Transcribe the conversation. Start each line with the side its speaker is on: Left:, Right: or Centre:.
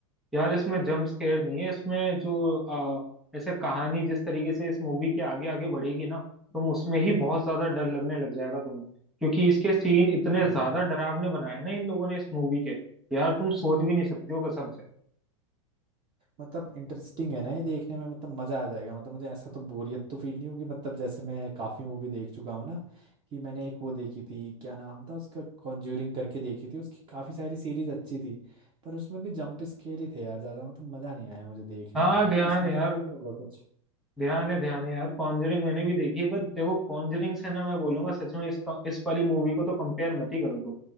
Centre: यार इसमें जंप स्केयर नहीं है इसमें जो आ, ऐसे कहानी जिस तरीके से इस मूवी के आगे आगे बढ़ेगी ना तुम उसमें ही बहुत ज्यादा डर लगने लग जाएगा तुम्हें क्योंकि इसके सीन इतने
Right: अरे
Centre: ज्यादा डरावने बनाए हैं ना इन लोगों ने इस मूवी के यार तुम सोच भी नहीं सकते हो कसम से
Right: मतलब इंटरेस्टिंग है ना ये देखने में मतलब मज़ा आ जाएगा मतलब मुझे ऐसा तो बोरियत तो फील नहीं होगी मतलब जैसे मैं काफ़ी मूवी देख चुका हूँ ना कि मैंने एक वो देखी थी क्या नाम था उसका कॉन्ज्यूरिंग करके देखी थी उसकी काफ़ी सारी सीरीज अच्छी थी पर उसमें भी जंप स्केयर ही थे यार ज़्यादा मतलब मज़ा नहीं आया मुझे देखने
Centre: हाँ
Right: में वो तो
Centre: ध्यान
Right: इसमें
Centre: है
Right: तो
Centre: यार
Right: ऐसा नहीं होगा कुछ
Centre: ध्यान है ध्यान है यार कॉन्जरिंग मैंने भी देखी है बट देखो कॉन्जरिंग से ना मैं बोलूंगा सच में इसका इस वाली मूवी को तो कंपेयर मत ही करो तुम